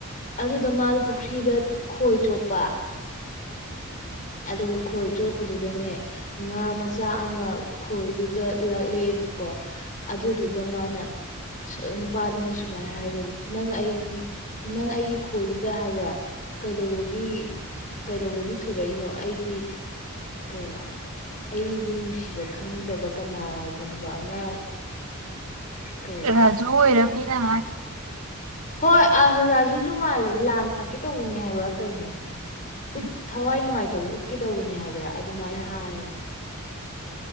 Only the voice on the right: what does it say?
ꯔꯥꯖꯨ ꯑꯣꯏꯔꯝꯅꯤ ꯅꯪ ꯍꯥꯏꯗꯣ
ꯎꯝ